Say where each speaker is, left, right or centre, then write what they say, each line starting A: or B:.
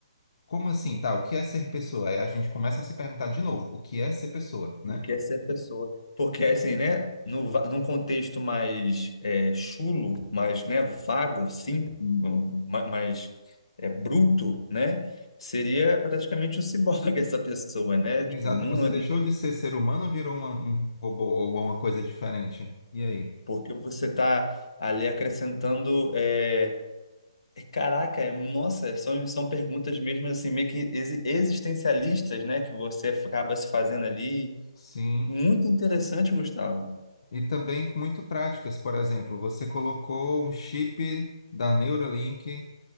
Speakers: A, on the left; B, on the left.
A: Como assim, tá? O que é ser pessoa? Aí a gente começa a se perguntar de novo, o que é ser pessoa, né?
B: o que é ser pessoa? Porque assim, né, no, va- num contexto mais eh, chulo, mais, né, vago, sim, ma- mais eh, bruto, né, seria praticamente um ciborgue <laughs> essa pessoa, né?
A: Exato,
B: Tipo, não,
A: você deixou de ser ser humano ou virou uma- um robô ou uma coisa diferente? E aí?
B: porque você está ali acrescentando. é, é, Caraca, é- nossa, são, são perguntas mesmo assim, meio que exi- existencialistas, né? Que você acaba se fazendo ali.
A: Sim.
B: Muito interessante, Gustavo.
A: E também muito práticas, por exemplo, você colocou um chip da Neuralink,